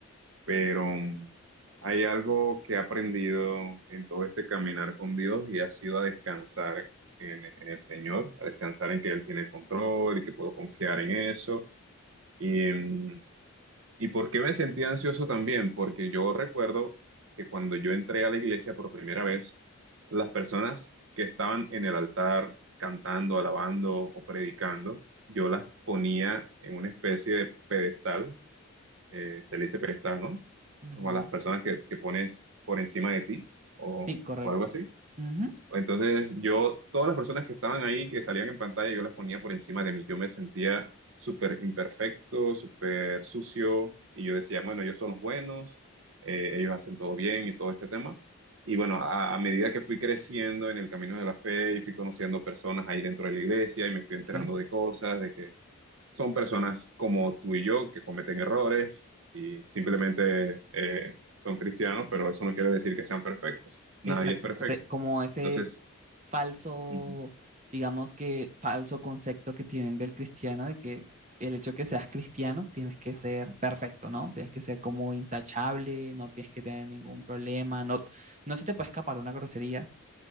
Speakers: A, on the right (about 65°); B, on the right (about 35°).
A: pero mm, hay algo que he aprendido en todo este caminar con Dios y ha sido a descansar en, en el Señor, a descansar en que Él tiene el control y que puedo confiar en eso. Y, em, ¿y por qué me sentí ansioso también? Porque yo recuerdo que cuando yo entré a la iglesia por primera vez, las personas que estaban en el altar cantando, alabando o predicando, yo las ponía en una especie de pedestal eh, se le dice pedestal, ¿no?
B: ujú,
A: Como a las personas que, que pones por encima de ti o,
B: Sí, correcto.
A: o algo así.
B: Ujú,
A: Entonces yo, todas las personas que estaban ahí, que salían en pantalla, yo las ponía por encima de mí. Yo me sentía súper imperfecto, súper sucio y yo decía, bueno, ellos son los buenos, eh, ellos hacen todo bien y todo este tema. Y bueno, a, a medida que fui creciendo en el camino de la fe y fui conociendo personas ahí dentro de la iglesia y me fui enterando
B: ok.
A: de cosas, de que son personas como tú y yo que cometen errores y simplemente eh, son cristianos, pero eso no quiere decir que sean perfectos. Nadie
B: Exacto,
A: es perfecto.
B: ese- como ese
A: Entonces,
B: falso,
A: Ujú.
B: digamos que falso concepto que tienen del cristiano, de que el hecho de que seas cristiano tienes que ser perfecto, ¿no? Tienes que ser como intachable, no tienes que tener ningún problema, no, no se te puede escapar una grosería,